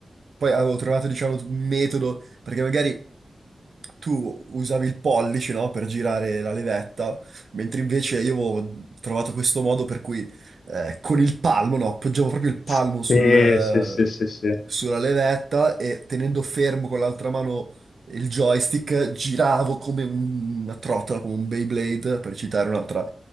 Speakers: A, on the right; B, on the left.
A: poi avevo trovato, diciamo, un metodo, perché magari tu usavi il pollice, no, per girare la levetta, mentre invece io avevo trovato questo modo per cui eh, con il palmo, no, appoggiavo proprio il palmo
B: Sì,
A: sul, eh,
B: sì, sì, sì, sì.
A: sulla levetta e tenendo fermo con l'altra mano il joystick giravo come un- una trottola, come un Beyblade, per citare un'altra,